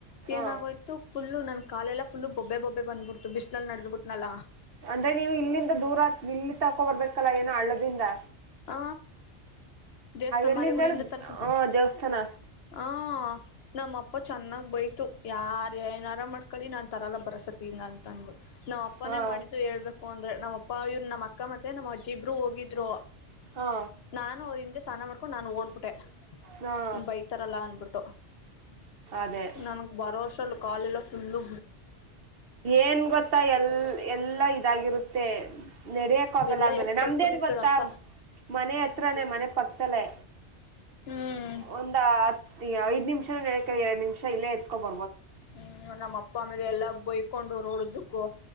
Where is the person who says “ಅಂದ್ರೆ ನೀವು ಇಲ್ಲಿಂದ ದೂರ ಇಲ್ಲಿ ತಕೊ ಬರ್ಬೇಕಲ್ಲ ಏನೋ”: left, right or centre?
Right